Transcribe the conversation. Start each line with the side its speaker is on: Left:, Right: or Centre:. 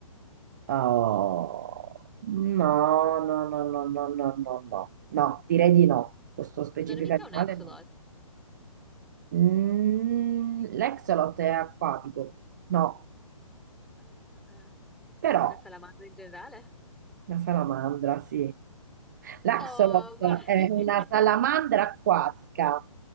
Right: Oh, no, no, no, no, no, no, no, no, no, direi di no. Questo specifico
Centre: Non è mica
Right: animale
Centre: un axolot.
Right: no. Mm, l'exolot è acquatico, no,
Centre: Ah, ah, ah.
Right: però
Centre: Una salamandra in generale?
Right: la salamandra, sì. L'axolot
Centre: Oh, vai!
Right: è una
Centre: <laughs>
Right: salamandra acquatica,